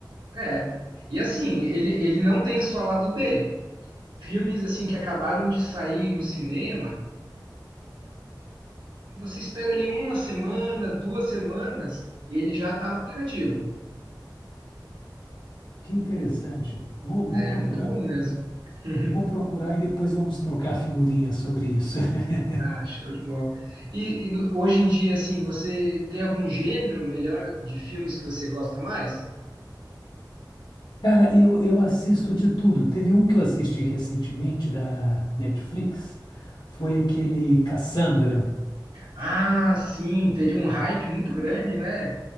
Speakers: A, on the right; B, on the left.
A: É. E assim, ele, ele não tem só lado B. Filmes assim que acabaram de sair no cinema, você espera ali uma semana, duas semanas, e ele já está no aplicativo.
B: Que interessante. Vou,
A: É
B: vou procurar.
A: muito bom mesmo. <laughs>
B: Vou procurar e depois vamos trocar figurinhas sobre isso. <laughs>
A: Ah, show de bola. E, e no- hoje em dia, assim, você tem algum gênero melhor de filmes que você gosta mais?
B: Cara, eu, eu assisto de tudo. Teve um que eu assisti recentemente da Netflix, foi aquele Cassandra.
A: Ah, sim, teve um hype muito grande, né?